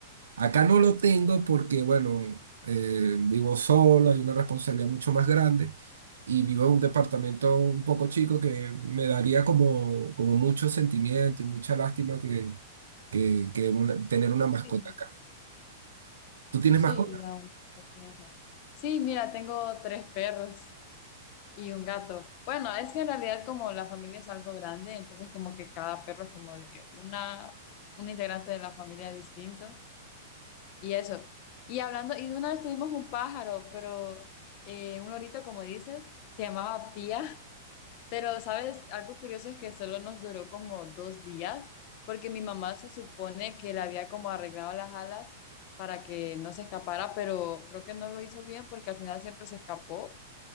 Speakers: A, on the right (about 75°); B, on the left (about 45°).
A: Acá no lo tengo porque, bueno, eh, vivo solo, hay una responsabilidad mucho más grande y vivo en un departamento un poco chico que me daría como, como mucho sentimiento y mucha lástima que, que, que una- tener una mascota
B: Sí,
A: acá. ¿Tú tienes
B: sí,
A: mascota?
B: aún se piensa. Sí, mira, tengo tres perros. Y un gato. Bueno, es que en realidad como la familia es algo grande, entonces como que cada perro es como de una, un integrante de la familia distinto. Y eso. Y hablando, y de una vez tuvimos un pájaro, pero eh, un lorito, como dices, se llamaba Pía. <laughs> Pero, ¿sabes? Algo curioso es que solo nos duró como dos días, porque mi mamá se supone que le había como arreglado las alas para que no se escapara, pero creo que no lo hizo bien porque al final siempre se escapó